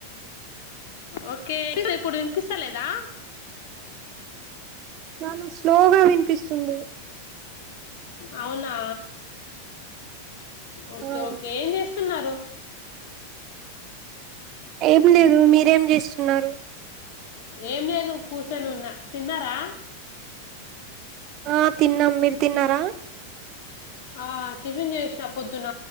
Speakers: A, on the left (about 50°); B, on the right (about 35°).
A: ఓకే ఇప్పుడు వినిపిస్త లేదా
B: నాను స్లోగా వినిపిస్తుంది
A: అవునా ఓకే
B: ఆ
A: ఓకే ఏం చేస్తున్నారు
B: ఏం లేదు మీరేం చేస్తున్నారు
A: ఏం లేదు కూసోని ఉన్న తిన్నారా
B: ఆ తిన్నాం మీరు తిన్నారా
A: ఆ టిఫిన్ చేసిన పొద్దున